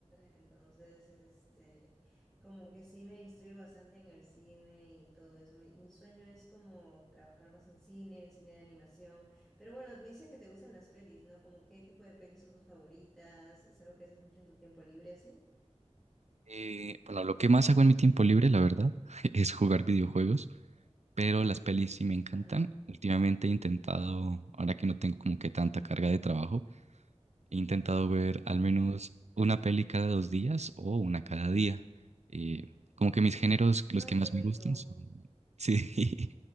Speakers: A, in the centre; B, on the right.
A: entonces, este, como que sí me instruyo bastante en el cine y todo eso. Mi, mi sueño es como trabajar más en cine, en cine de animación. Pero bueno, me dices que te gustan las pelis, ¿no? Como qué tipo de pelis son tus favoritas, es algo que haces mucho en tu tiempo libre así.
B: Eh, bueno, lo que más hago en mi tiempo libre, la verdad, <laughs> es jugar videojuegos, pero las pelis sí me encantan.
A: Ajá,
B: Últimamente he intentado, ahora que no tengo como que tanta carga de trabajo, He intentado ver al menos
A: ajá.
B: una peli cada dos días o una cada día. Eh, como que mis géneros, los
A: Ay,
B: que más
A: qué rico.
B: me gustan son, <laughs> sí,